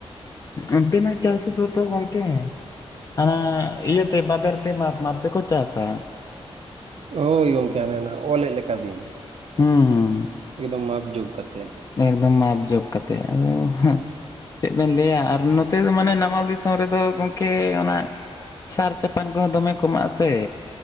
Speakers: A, on the left; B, on the right.
A: ᱚᱱᱛᱮᱱᱟᱜ ᱪᱟᱥ ᱫᱚᱛᱚ ᱜᱚᱝᱠᱮ ᱦᱟᱱᱟ ᱤᱭᱟᱹ ᱛᱮ ᱵᱟᱵᱮᱨ ᱛᱮ ᱢᱟᱯ ᱢᱟᱯ ᱛᱮ ᱠᱚ ᱪᱟᱥᱼᱟ᱾
B: ᱦᱳᱭ ᱜᱚᱝᱠᱮ ᱚᱞᱮᱫ ᱞᱮᱠᱟ ᱵᱤᱱ
A: ᱦᱩᱸ ᱦᱩᱸ
B: ᱮᱠᱫᱚᱢ ᱢᱟᱯ ᱡᱳᱜ ᱠᱟᱛᱮᱫ᱾
A: ᱮᱠᱫᱚᱢ ᱢᱟᱯ ᱡᱳᱜ ᱠᱟᱛᱮ ᱟᱫᱚ ᱪᱮᱫ ᱵᱮᱱ ᱞᱟᱹᱭᱟ ᱟᱨ ᱱᱚᱛᱮ ᱫᱚ ᱢᱟᱱᱮ ᱱᱟᱢᱟᱞ ᱫᱤᱥᱚᱢ ᱨᱮᱫᱚ ᱜᱚᱢᱠᱮ ᱚᱱᱟ ᱥᱟᱨ ᱪᱟᱯᱟᱱ ᱠᱚᱦᱚᱸ ᱫᱚᱢᱮ ᱠᱚ ᱮᱢᱟᱜ-ᱟᱥᱮ᱾